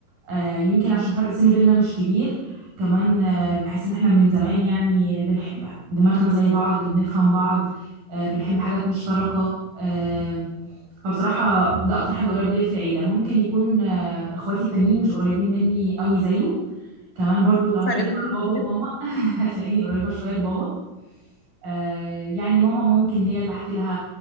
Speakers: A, on the right; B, on the left.
A: آه، يمكن عشان فرق السن بيننا مش كبير كمان آه، بحس ان احنا من زمان يعني بنحب دماغنا زي بعض بنفهم بعض آه، بنحب حاجات مشتركه آه، فبصراحه ده اكتر حد قريب ليا في العيله ممكن يكون آه، اخواتي التانيين مش قريبين مني قوي زيه كمان برضو لو
B: فرق
A: هتكلم
B: بينكم
A: على
B: كبير
A: بابا وماما <laughs> هتلاقيني قريبة شوية لبابا آه، يعني ماما ممكن هي اللي احكي لها